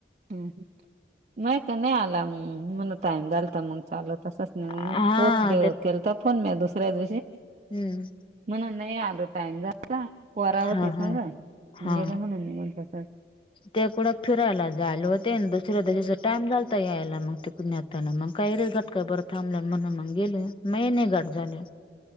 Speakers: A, on the right; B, on the left.
A: हम्म नाही का नाही आला मला टाइम झालता मग चालत तसच नाही
B: हा
A: पोहोचले
B: ते
A: केल तर फोन मी दुसऱ्या दिवशी
B: हम्म
A: म्हण नाही आलो टाइम जा परा होती
B: हा
A: समजा
B: हा हा
A: गेलो म्हणून निघून तस
B: ते कुठं फिरायला जाल होते दुसरचा टाइमल यायला मग ते कुून आता मग काही रे घात का बरं थांबलं म्हण मग गेले म गाट झाले